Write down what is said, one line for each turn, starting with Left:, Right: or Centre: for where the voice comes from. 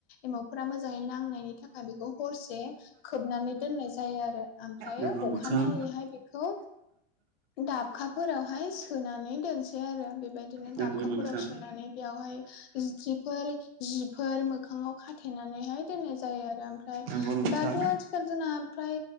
Left: एमावफोरा मोजाङै नांनायनि थाखा बेखौ हरसे खोबनानै दोननाय जायो आरो। आमफ्रायो
Right: नंगौ नोंथां नंगौ नोंथां
Left: अखानायैहाय बे खौ दाबखाफोरावहाय सोनानै दोनसै आरो बेबायदि बिदिनो
Right: नंगौ
Left: दाबखाफोराव
Right: नोंथां
Left: सोनानै बेयावहाय जि फोर जिफोर मोखाङाव खाथेनानैहाय दोननाय जायो आरो। ओमफ्राय
Right: नंगौ नोंथां
Left: दाथ' आथि खाल जोंना फ्राय